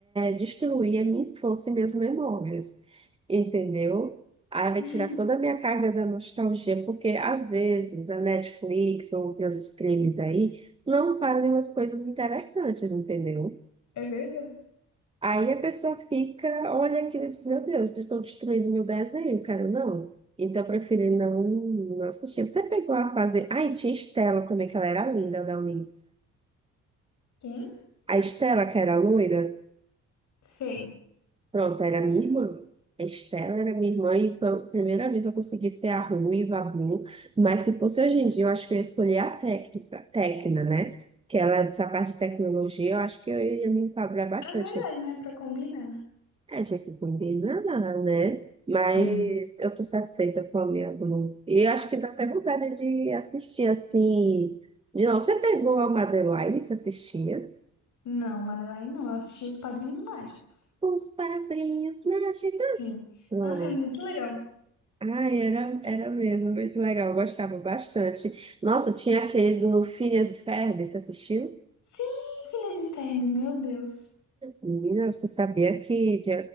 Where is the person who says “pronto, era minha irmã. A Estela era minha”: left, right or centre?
Right